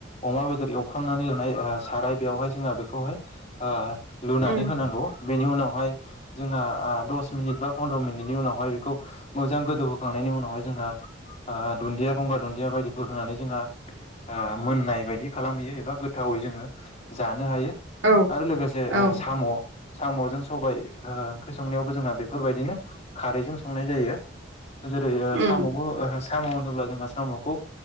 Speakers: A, on the left; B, on the right.
A: अमा बेदर एवफ्रामनानै <unintelligible> लुनाय ओ साराय बेयावहाय जोङो बेखौहाय ओ लुनानै
B: उम
A: होनांगौ बेनि उनाव बेवहाय जोङा आ द'स मिनितबा पन्द्र' मिनितनि उनावहाय बेखौ मोजां गोदोउ होखांनायनि उनावहाय जोंहा आहा दुनदिया दंब्ला गंगार दुन्दि बायदिखौ होनानै जोंहा आ मोननाय बायदि खालामहैयो एबा गो गोथावै जोङो जानो हायो
B: औ
A: आरो लोगोसे
B: औ
A: ओ साम' साम'जों सबायाइ ओ ओंख्रि संनायावबो जोंहा बेफोरबायदिनो खारैजों संनाय जायो जेरै ओ
B: उम
A: साम'बो <unintelligible> साम' होनोब्ला जोंहा साम'खौ